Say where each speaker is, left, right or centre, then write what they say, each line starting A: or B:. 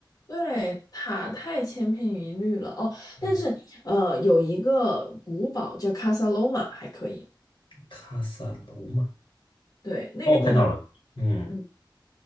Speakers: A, on the left; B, on the left.
A: 对，塔太千篇一律了哦。
B: 嗯，
A: 但是，呃，有一个古堡叫卡萨罗马还可以。
B: 卡萨罗嘛，
A: 对，那个地方，
B: 哦，我看到了。嗯。
A: 嗯，